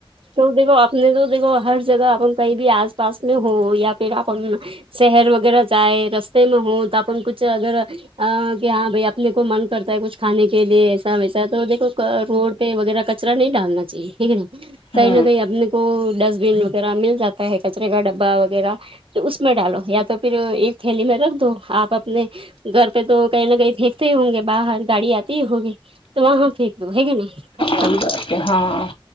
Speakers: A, on the right (about 75°); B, on the left (about 75°).
A: تو دیکھو اپنے تو دیکھو ہر جگہ آپ کہیں بھی آس پاس میں ہو یا پھر اپن شہر وغیرہ جائے رستے میں ہو تو اپن کچھ اگر ہاں کہ ہاں بھائی اپنے کو من کرتا ہے کچھ کھانے کے لیے ایسا ویسا تو دیھکو روڈ پے وغیرہ کچر ا نہیں ڈالنا چاہیے ہے کہ نہیں
B: ہوں
A: کہیں نہ کہیں اپنے کو ڈسٹبین وغیرہ مل جاتا ہے کچرے کا ڈبا وغیرہ اس میں ڈالو یا تو پھر ایک تھیلی میں رکھ دو آپ اپنے گھر پہ تو کہیں نہ کہیں پھینکتے ہی ہوں گے باہر گاڑی آتی ہی ہوگی تو وہاں پھینک لو ہے کی نئی کچرا
B: صحیح بات ہاں